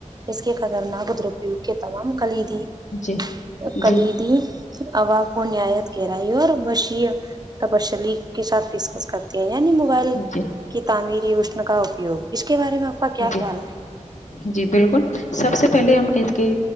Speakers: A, on the right; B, on the left.
A: اس کے خطرناک درپیوگ کے تمام کلیدی
B: جی جی
A: اور کلیدی <unintelligible> کے ساتھ ڈسکس کرتے ہیں یعنی موبائل
B: جی
A: کی تعمیری اشن کا اپیوگ اس کے بارے میں آپ کا کیا
B: جی
A: خیال ہے
B: جی بالکل سب سے پہلے ہم اس کے